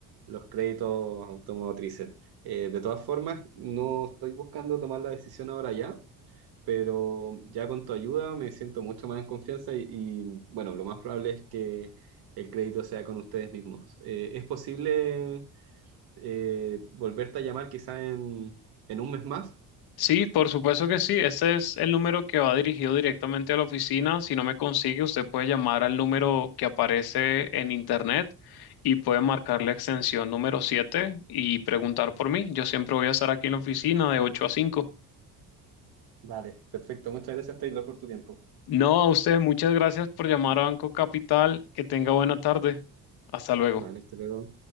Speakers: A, on the right; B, on the left.
A: los créditos automotrices. Eh, de todas formas, no estoy buscando tomar la decisión ahora ya, pero ya con tu ayuda me siento mucho más en confianza y, y, bueno, lo más probable es que el crédito sea con ustedes mismos. Eh, ¿es posible eh, volverte a llamar quizá en, en un mes más?
B: Sí, por supuesto que sí. Ese es el número que va dirigido directamente a la oficina. Si no me consigue, usted puede llamar al número que aparece en internet y puede marcar la extensión número 7 y preguntar por mí. Yo siempre voy a estar aquí en la oficina de 8 a 5.
A: Vale, perfecto. Muchas gracias, Taylor, por tu tiempo.
B: No, a usted, muchas gracias por llamar a Banco Capital. Que tenga buena tarde. Hasta luego.
A: Vale, hasta luego.